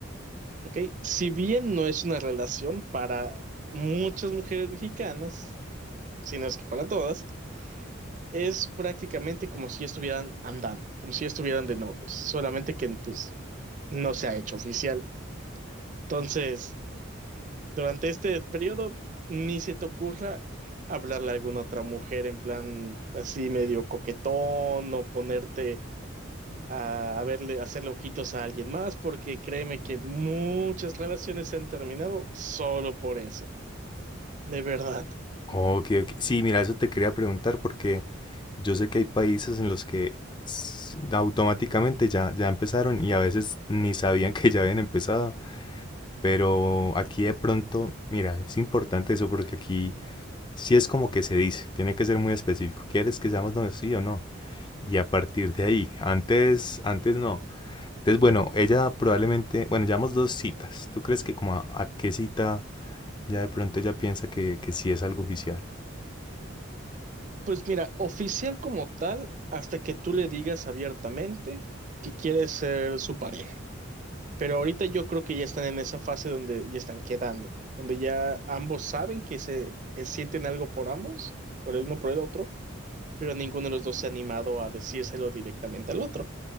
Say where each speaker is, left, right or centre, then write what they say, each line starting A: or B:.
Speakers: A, on the right; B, on the left.
A: ¿ok? Si bien no es una relación para muchas mujeres mexicanas, sino es que para todas, es prácticamente como si estuvieran andando, como si estuvieran de novios, solamente que pues no se ha hecho oficial. Entonces, Durante este periodo, ni se te ocurra hablarle a alguna otra mujer en plan así medio coquetón o ponerte a, a verle, a hacerle ojitos a alguien más, porque créeme que muchas relaciones se han terminado solo por eso, de verdad.
B: Ok, ok. Sí, mira, eso te quería preguntar porque yo sé que hay países en los que s- automáticamente ya, ya empezaron y a veces ni sabían <laughs> que ya habían empezado. Pero aquí de pronto, mira, es importante eso porque aquí sí es como que se dice, tiene que ser muy específico. ¿Quieres que seamos novios, sí o no? Y a partir de ahí, antes, antes no. Entonces, bueno, ella probablemente, bueno, llevamos dos citas. ¿Tú crees que como a, a qué cita ya de pronto ella piensa que, que sí es algo oficial?
A: Pues mira, oficial como tal, hasta que tú le digas abiertamente que quieres ser su pareja. Pero ahorita yo creo que ya están en esa fase donde ya están quedando, donde ya ambos saben que se que sienten algo por ambos, por el uno por el otro, pero ninguno de los dos se ha animado a decírselo directamente al otro,